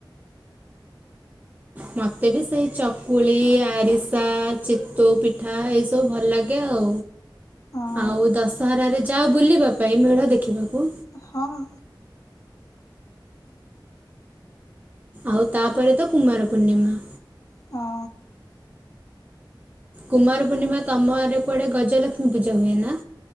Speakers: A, on the right (about 20°); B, on the left (about 45°).
A: ମତେ ବି ସେଇ ଚକୁଳି-ଇ-ଇ, ଆରିସ୍ ସା ଚିତ୍ତୋଉ ପିଠା ଏସ ସବୁ ଭଲ ଲାଗେ ଆଉ
B: ହଁ
A: ଆଉ ଦଶହରାରେ ଯାଅ ବୁଲିବା ପାଇଁ ମେଢ ଦେଖିବାକୁ?
B: ହଁ।
A: ଆଉ ତାପରେ ତ କୁମାର ପୂର୍ଣ୍ଣିମା।
B: ହଁ।
A: କୁମାର ପୂର୍ଣ୍ଣିମା ତମ ଆଡେ କୁଆଡେ ଗଜଲକ୍ଷ୍ମୀ ପୂଜା ହୁଏ ନା?